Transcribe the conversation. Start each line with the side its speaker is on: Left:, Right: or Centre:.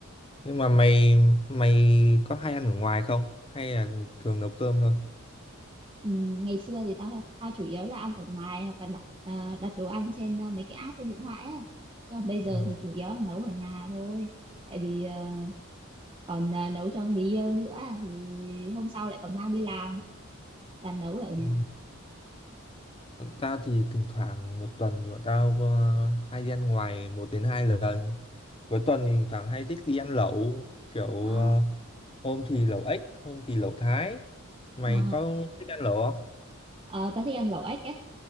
Left: nhưng mà mày mày có hay ăn ở ngoài không hay là thường nấu cơm thôi
Right: Ừ, ngày xưa thì tao tao chủ yếu là ăn ở ngoài hoặc là đặt à, đặt đồ ăn trên à, mấy cái app trên điện thoại ấy. Chứ còn bây giờ
Left: ừ.
Right: thì chủ yếu là nấu ở nhà thôi. Tại vì à, còn à, nấu cho người yêu nữa thì hôm sau lại còn mang đi làm và nấu ở
Left: Ừ.
Right: nhà.
Left: bọn tao thì thỉnh thoảng một tuần thì bọn tao ờ, hay đi ăn ngoài một đến hai lần cuối tuần thì thỉnh thoảng hay thích đi ăn lẩu kiểu
Right: Ờ,
Left: ờ, hôm thì lẩu ếch hôm thì lẩu thái mày
Right: Ờ,
Left: có thích ăn lẩu không
Right: Ờ, tao thích ăn lẩu ếch á